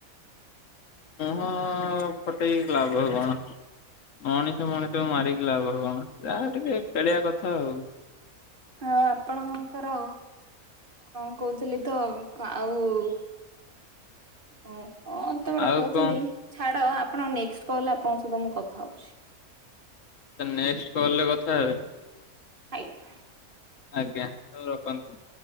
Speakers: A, on the left; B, on the right.
A: ମୁହଁ ଫଟେଇକି ଲାଭ କଣ? ମଣିଷ ମଣିଷକୁ ମାରିକି ଲାଭ କଣ ଯାହା ଟିକେ ଖେଳଆ କଥା ଆଉ।
B: ଆଉ ଆପଣଙ୍କର କଣ କହୁଥିଲି ତ ଆଉ ଓ କଣ ତ ଗୋଟେ
A: ଆଉ
B: କହୁଥିଲି
A: କଣ
B: ଛାଡ ଆପଣ ନେକ୍ସଟ୍ କଲ ଆପଣଙ୍କ ସହିତ ମୁଁ କଥା ହଉଛି।
A: ନେକ୍ସଟ କଲରେ କଥା ହେବେ।
B: ଆଜ୍ଞା।
A: ଆଜ୍ଞା ହଉ ରଖନ୍ତୁ।